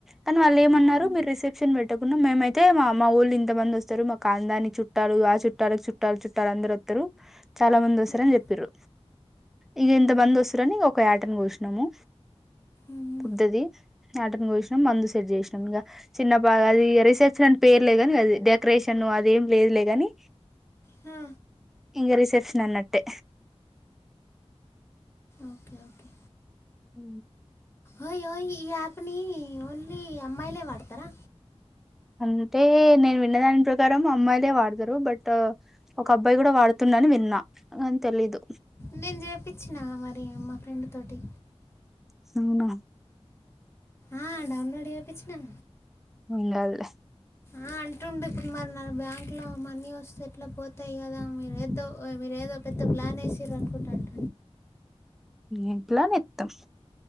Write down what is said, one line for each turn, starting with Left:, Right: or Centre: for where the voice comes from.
Centre: కానీ వాళ్లు ఏమన్నారు
Left: ఉమ్,
Centre: మీరు రిసెప్షన్ పెట్డి పెట్టకున్న మేమైతే మా మా ఒళ్ళు ఇంత మంది వస్తారు మా కాందాన్ని చుట్టాలు ఆ చుట్టాలకు చుట్టాలు చుట్టాలు అందరు వస్తారు చాలా మంది వస్సరని
Left: ఉమ్,
Centre: చెప్పిరు, ఇగ ఎంత
Left: ఉమ్,
Centre: మంది వస్రని ఒక యా టన్ ఒష్ణము.
Left: ఉమ్,
Centre: పుద్దది యాటన్ కోష్నమ్ మందుస్ పేర్ జేస్నం ఇంగ చిన్నప్ప అది రిసెప్షనన్ పేర్లేగాని అది డెకరేషను అదేం లేదులే గాని
Left: హా
Centre: ఇంగ రిసెప్షన్ అన్నట్టే
Left: ఓకే ఓకే
Centre: ఉ
Left: ఓయ్ ఓయ్ ఇయ ప్పుని ఓన్లీ అమ్మాయిలే వాడతారా
Centre: అంటే నేను విన్న దాని ప్రకారం అమ్మాయిలే వాడతారు, బట్ ఒక అబ్బాయి కూడా వాడుతున్నని విన్నా తెలీదు
Left: నేన్ జేపిచ్చినా మరి మా ఫ్రెండ్ తోటి
Centre: సైండ్
Left: ఆ డౌన్లోడ్ ఏపిచ్ న
Centre: ఉండాద్ లె
Left: ఆ అంటుండు ఇప్పుడు మరి నా బ్యాంక్ లో మనీ వస్సే ఎట్ల పోతయ్ గదా మీరెదో మీరు ఏదో పెద్ద ప్లాన్ ఏసిర్రు రనుకుంటాంట
Centre: ఇంట్లా నెత్తం